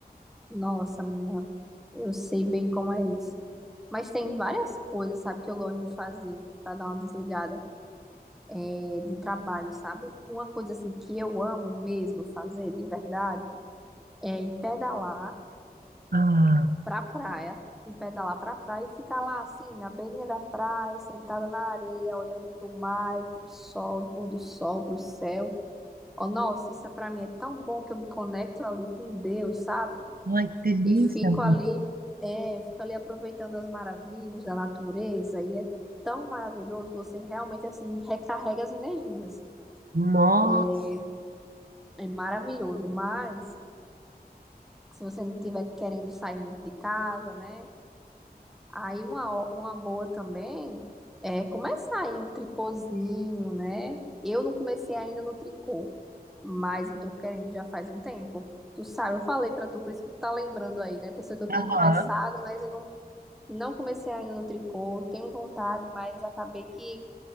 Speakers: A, in the centre; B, on the right.
A: Nossa, menina, eu sei bem como é isso. Mas tem várias coisas, sabe, que eu gosto de fazer pra dar uma desligada é, de trabalho, sabe? Uma coisa assim que eu amo mesmo fazer, de verdade, é ir pedalar
B: Ah,
A: pra praia, ir pedalar pra praia e ficar lá assim, na beirinha da praia, sentada na areia, olhando pro mar, e pro sol, pôr do sol, pro céu. Oh, nossa, isso é pra mim é tão bom que eu me conecto ali com Deus, sabe?
B: ai, que delícia,
A: E fico
B: amor.
A: ali, é, eu fico ali aproveitando as maravilhas da natureza e é tão maravilhoso, você realmente assim recarrega as energias.
B: Nossa.
A: É, é maravilhoso, mas se você não estiver querendo sair muito de casa, né? Aí uma, ó- uma boa também é começar em um tricôzinho, né? Eu não comecei ainda no tricô. Mas eu tô querendo já faz um tempo. Tu sabe, eu falei pra tu, por isso que tu tá lembrando aí, né? Pensou que eu tinha
B: Aham.
A: começado, mas eu não, não comecei ainda no tricô. Tenho vontade, mas acabei que